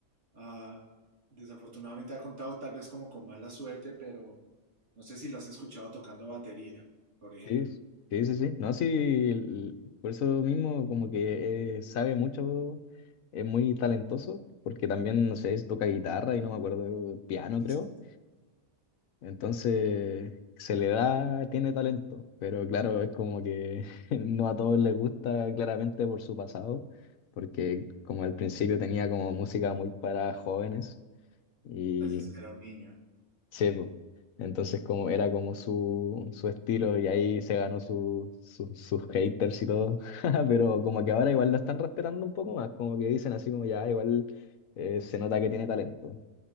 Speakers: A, on the right (about 55°); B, on the left (about 75°).
A: Ah, desafortunadamente ha contado tal vez como con mala suerte, pero no sé si lo has escuchado tocando batería, por ejemplo.
B: Sí, sí, sí, sí. No, sí, el- por eso mismo como que eh, sabe mucho, es muy talentoso, porque también, no sé, toca guitarra y no me acuerdo, piano
A: Y sí,
B: creo.
A: sí,
B: Entonces, se le da, tiene talento, pero claro, es como que <laughs> no a todos les gusta claramente por su pasado, porque como al principio tenía como música muy para jóvenes y
A: Pues es que era un niño.
B: sí, po. Entonces como era como su, su estilo y ahí se ganó su, su- sus haters y todo, <laughs> pero como que ahora igual lo están respetando un poco más, como que dicen así como ya, igual eh, se nota que tiene talento.